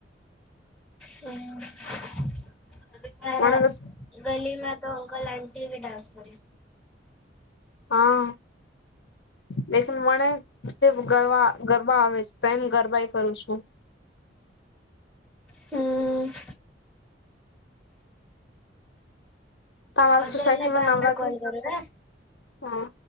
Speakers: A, in the centre; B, on the left.
A: હમ્મ. મારા
B: મને બસ
A: ગલીમાં તો અંકલ આન ટી વી ડાન્સ <unintelligible>
B: હા. લેકિન મને સ્ટેપ ગરબા ગર બા આવે છે, તો એમ ગરબાઈ કરું છું.
A: હમ્મ.
B: તમારા
A: મે
B: સોસાયટીમાં
A: તને બાદ
B: નવરાત્રી
A: મે કોલ કરું ને.
B: હા